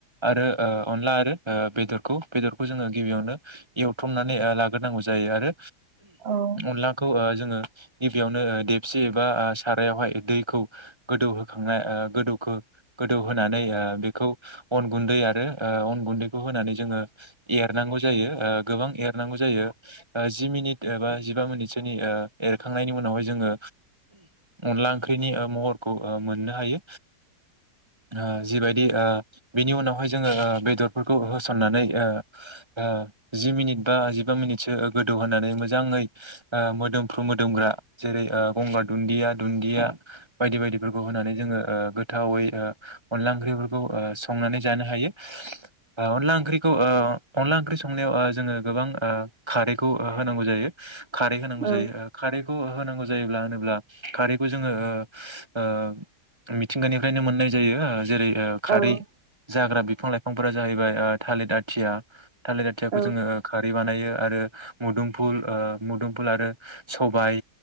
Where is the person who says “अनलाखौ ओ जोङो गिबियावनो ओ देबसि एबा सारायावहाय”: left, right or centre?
Right